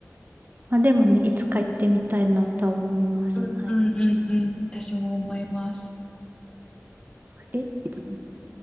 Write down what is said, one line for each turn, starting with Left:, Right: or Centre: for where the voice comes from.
Right: まあでもね、いつか行ってみたいなとは思います。
Left: うんうんうんうん。
Right: はい。
Left: 私も思います。
Right: あれちょっと待って